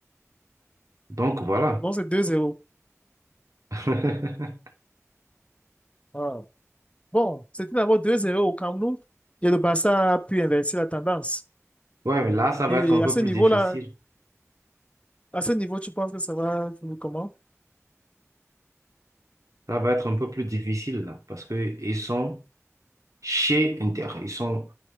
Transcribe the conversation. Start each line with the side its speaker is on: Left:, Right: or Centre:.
Right: Donc voilà.
Left: Donc, c'est deux zéro
Right: <laughs>
Left: Ah. Bon, c'était d'abord deux zéro au Camp Nou. Et le Barça a pu inverser la tendance.
Right: Ouais, mais là, ça va
Left: Et
Right: être un peu
Left: à ce
Right: plus
Left: niveau-là,
Right: difficile.
Left: à ce niveau, tu penses que ça va finir comment?
Right: Ça va être un peu plus difficile, là, parce que ils sont chez Inter. Ils sont...